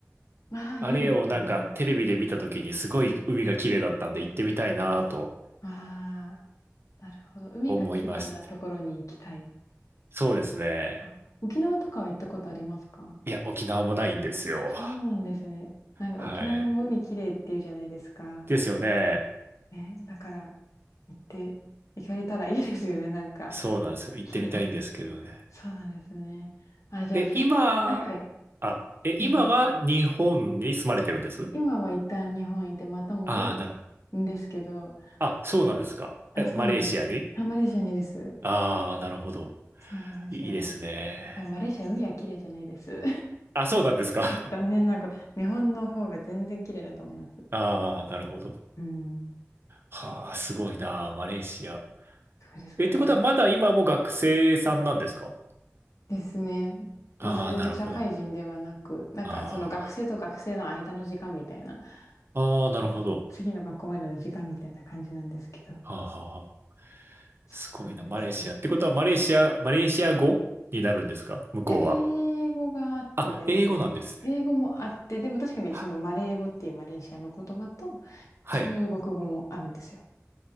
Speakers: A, on the left; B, on the right.
A: ああ、いいですね。
B: あれをなんかテレビで見た時にすごい海が綺麗だったんで行ってみたいなと
A: ああ、なるほど。海が綺麗なところに行きたい。
B: 思いまして。そうですね。
A: あ沖縄とかは行ったことありますか
B: いや、沖縄もないんですよ。
A: あそうなんですね。なんか沖縄も海綺麗っていうじゃないですか。
B: はい。ですよね。
A: ね、だから行って、行かれたらいいですよね、なんか。
B: そうなんですよ。行ってみたいんですけどね。
A: 綺麗な。そうなんですね。あ、じゃあ、
B: え、
A: ふ、
B: 今、
A: はいはい。
B: あ、え、
A: うん、
B: 今は日本に住まれてるんです
A: 今は一旦日本行ってまた戻る
B: ああー、なるほど。
A: んですけど、
B: あ、そうなんですか。
A: あ、
B: え、
A: そうなんあ、
B: マレーシアに
A: マレーシアにです。
B: ああー、なるほど。
A: そうなんですよ。
B: いいですね。
A: でもマレーシア海は綺麗じゃないです。
B: あ、そうなんですか。
A: 残念ながら、日本の方が全然綺麗だと思います。
B: ああ、なるほど。
A: うん。
B: はあ、すごいな、マレーシア。
A: そうですかね。
B: え、ってことはまだ今も学生さんなんですか
A: ですね。
B: ああ、
A: まだ全然社会人ではなく、
B: なるほど。
A: なんかその学生と学生の間の時間みたいな、
B: ああ、ああ、なるほど。
A: うん、次の学校までの時間みたいな感じなんですけど。
B: はあ、はあ、はあ。
A: そうなんですね。
B: すごいな、マレーシア。ってことは、マレーシア、マレーシア語になるんですか向こうは。
A: いや、英語があって全然。
B: あ、英語なんですね。
A: 英語もあって、でも確かにそのマレー語っていうマレーシアの言葉と
B: はい。はい。
A: 中国語もあるんですよ。